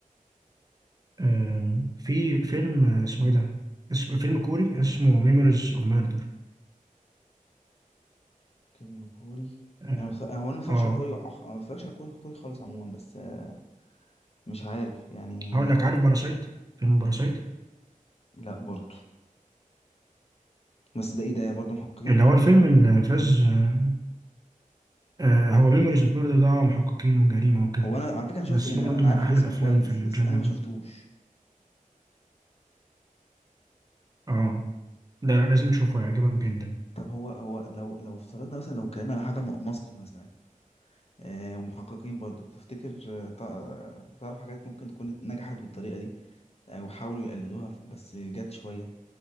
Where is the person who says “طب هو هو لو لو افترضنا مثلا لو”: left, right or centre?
Left